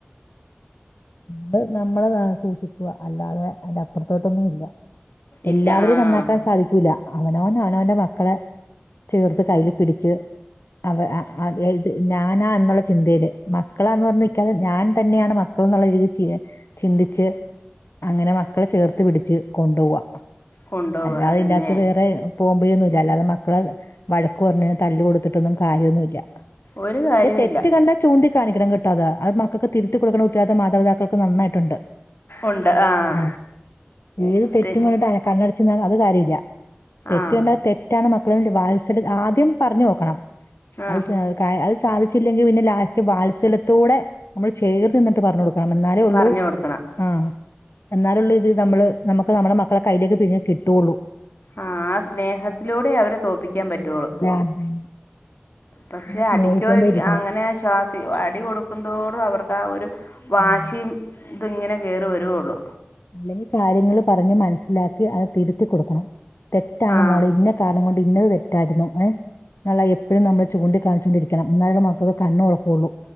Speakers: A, on the left; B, on the left.
A: അത് നമ്മള് ന സൂക്ഷിക്കുക അല്ലാതെ അതിന്റെ അപ്പറത്തോട്ടൊന്നും ഇല്ല.
B: ഇല്ല
A: എല്ലാവരെയും
B: ആഹ്
A: നന്നാക്കാൻ സാധിക്കൂല അവനവൻ അവനവന്റെ മക്കളെ ചേർത്ത് കൈയില് പിടിച്ച് അവ അ അ ഇത് ഞാനാ എന്നുള്ള ചിന്തയില് മക്കളാന്ന് പറഞ്ഞു നിക്കാതെ ഞാൻ തന്നെയാണ് മ <unintelligible> എന്നൊള്ള രീതിയില് ചെയ്യുക. ചിന്തിച്ച് അങ്ങനെ മക്കളെ ചേർത്ത് പിടിച്ച് കൊണ്ടു പോവാ
B: കൊണ്ടോവുക
A: അല്ലാതെ
B: അതന്നെ
A: ഇതിന്റെ അകത്ത് വേറെ പോം വഴിഒന്നുല്ല. അല്ലാതെ മക്കളെ വഴക്ക് പറഞ്ഞ് തല്ല് കൊടുത്തിട്ടൊന്നും കാര്യൊന്നുല്ല.
B: ഒരു കാര്യവും
A: ഏ തെറ്റ്
B: ഇല്ല
A: കണ്ടാ ചൂണ്ടി കാണിക്കണം കിട്ടാതെ അത് മക്കൾക്ക് തിരുത്തി കൊടുക്കണം ഉത്തരവാദിത്യം മാതാപിതാക്കൾ നന്നായിട്ടുണ്ട്.
B: ഉണ്ട് ആഹ്
A: ആ ഏത് തെറ്റും
B: തെറ്റ്
A: കണ്ടിട്ട് കണ്ണട കാര്യമല്ല തെറ്റ്
B: ആഹ്
A: കണ്ടാ തെറ്റാണ് മക്കള വാസല് ആദ്യം പറഞ്ഞു നോക്കണം. <unintelligible>
B: ആഹ്
A: സാധിച്ചില്ലെങ്കിൽ പിന്നെ ലാസ്റ്റ് വാത്സല്ലത്തോടെ നമ്മൾ ചേർന്ന് നിന്നിട്ട് പറഞ്ഞു കൊടുക്കണം എന്നാലേള്ളൂ
B: പറഞ്ഞു കൊടുക്കണം
A: ആഹ് എന്നാലേ ഉള്ളു ഇത് നമ്മള് നുക്ക് ഒക്കെ നമ്മടെ മക്കള കയ്യിലേക്ക് പിന്നെ കിട്ടുകയുള്ളു
B: ആഹ് ആ സ്നേഹത്തിലൂടെ അവരെ തോൽപ്പിക്കാൻ പറ്റുള്ളു
A: അതെ അതന്നെ
B: പക്ഷെ
A: നമ്മള് സ്നേഹിച്ചോണ്ടേ
B: അടിക്കോ ഇ
A: ഇരിക്കണം
B: അങ്ങനെ ശ്വാസ അടി കൊടുക്കുന്തോറും അവർക്ക് ആ ഒരു വാശിയും
A: ഉം
B: ഇതിങ്ങനെ കയറി വരുയുള്ളു
A: അല്ലെങ്കിൽ കാര്യങ്ങള്പറഞ്ഞ് മനസ്സിലാക്കി അത് തിരുത്തി കൊടുക്കണം തെറ്റാണ്
B: ആ
A: മോളെ ഇന്ന കാരണം കൊണ്ട് ഇന്നത് തെറ്റായിരുന്നു ഏഹ് എന്നല്ല എപ്പോഴും നമ്മള് ചൂണ്ടിക്കാണിച്ചുകൊണ്ടിരിക്കണം എന്നാലും നമ്മളെ മക്കക്ക് കണ്ണ് തുറക്കയുള്ളൂ